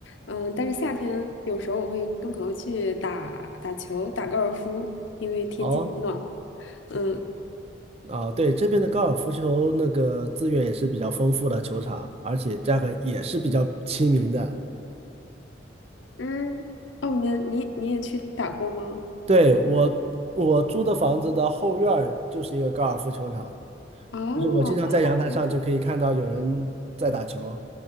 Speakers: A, on the left (about 75°); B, on the right (about 30°).
A: 嗯，但是夏天有时候我会跟朋友去打打球、打高尔夫，因为天气暖。
B: 哦，
A: 嗯
B: 啊，对，这边的高尔夫球那个资源也是比较丰富的球场，而且价格也是比较亲民的。
A: 嗯，哦，你你你也去打过吗？
B: 对，我我租的房子的后院儿就是一个高尔夫球场，
A: 哦，
B: 就是我经常在阳台上就可以看到有人在打球。
A: 那好